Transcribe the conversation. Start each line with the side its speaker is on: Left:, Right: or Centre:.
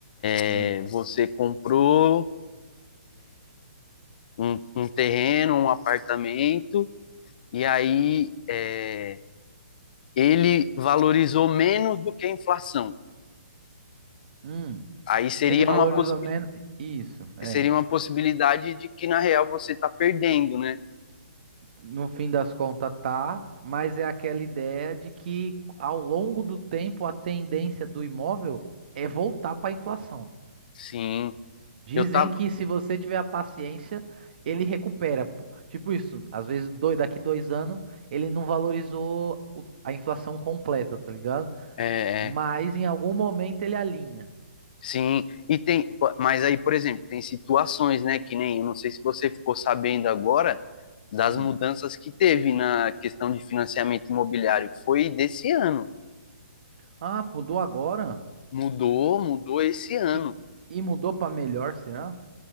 Left: é,
Right: hum.
Left: você comprou um, um terreno, um apartamento, e aí é, ele valorizou menos do que a inflação.
Right: Hum.
Left: Aí seria
Right: Ele valorizou
Left: uma, possibi
Right: menos. Isso, é.
Left: seria uma possibilidade de que, na real, você está perdendo, né?
Right: No fim das contas, tá, mas é aquela ideia de que ao longo do tempo a tendência do imóvel é voltar para a inflação.
Left: Sim,
Right: Dizem
Left: eu tava,
Right: que se você tiver a paciência, ele recupera. pô. Tipo isso, às vezes dois, daqui dois anos ele não valorizou o- a inflação completa, tá ligado?
Left: é,
Right: Mas
Left: é,
Right: em algum momento ele alinha.
Left: Sim, e tem, po- mas aí, por exemplo, tem situações, né, que nem, eu não sei se você ficou sabendo agora das
Right: Hum.
Left: mudanças que teve na questão de financiamento imobiliário, foi desse ano.
Right: Ah, mudou agora?
Left: Mudou, mudou esse ano.
Right: E, e mudou para melhor, será?